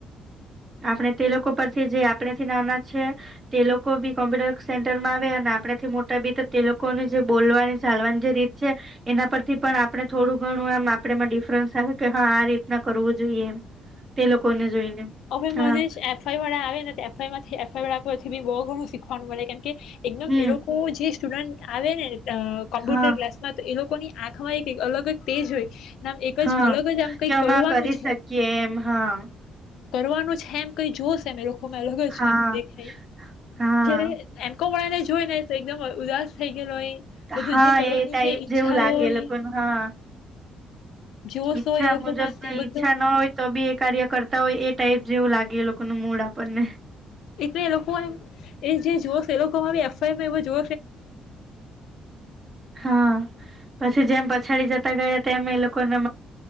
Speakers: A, on the right; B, on the left.
A: આપણે તે લોકો પરથી જે આપણેથી નાના છે તે લોકો બી કોમ્પ્યુટર સેન્ટરમાં આવે અને આપણેથી મોટા બી તે લોકોને જે બોલવાની ચાલવાની જે રીત છે એના પરથી પણ આપણે થોડું ઘણું એમ આપમાં ડિફરન્સ આવે કે હા આ રીતના કરવું જોઈએ એમ તે લોકોને જોઈને
B: હ
A: હા
B: મનેશ એફઆઈ વાળા આવે ને તેમાંથી એફવાળા પછી બહુ ઘણું સીખવાનું મળે કેમ કે એકદમ
A: હમ
B: એ લોકો જે સ્ટુડન્ટ આવે ને અ કોમ્પ્યુટર
A: હા
B: ક્લાસમાં તો એ લોકોની આંખમાં એક અલગ તેજ હોય આમ એક
A: હા
B: જ અલગ જ આમ કંઈક
A: કે અમાં
B: કરવાનું
A: કરી
B: છે
A: શકીએ એમ હા <inaudible>
B: કરવાનું છે એમ કઈ જોશ એમ એવો <inaudible>
A: હા
B: એમ કે છઈ.
A: હા
B: જે એમ કોમ વાળાને જોઈને તો એકદમ ઉદાસ થઇ ગેલો હોય બધું
A: હા
B: જે કરવાની
A: એ ટાઈપ
B: જે ઈચ્છા
A: જેવું લાગે
B: હોય
A: લોકોને હા
B: જોશ
A: ઈચ્છા
B: હોય એ લોકોમાં
A: મુજબ
B: તે
A: ઈચ્છા
B: બધું
A: ના હોય તો બી એ કાર્ય કરતા હોય એ ટાઈપ જેવું લાગે એ લોકોનું મૂડ આપણને
B: એટલે એ લોકો એમ એ જે જોશ એ લોકો એફઆઈ જો
A: હા પછી જેમ પછાડી જતા ગયા એ લોકોને